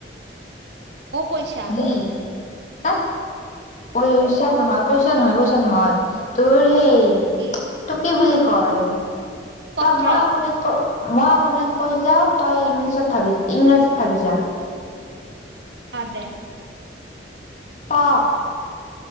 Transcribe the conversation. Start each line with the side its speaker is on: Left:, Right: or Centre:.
Right: অ' পইচা।
Left: হি তাত পইচা নহয় পইচা নহয় পইচা নহয়। তোৰ সেই
Right: কি
Left: তোক কি বুলি কয়?
Right: পত্ৰ
Left: তই মই অসমীয়াত কৈ মই অসমীয়াত কৈ যাও, তই ইংলিছত ভাবি। ইংৰাজীত ভাবিছা?
Right: অ দে।
Left: অঁ।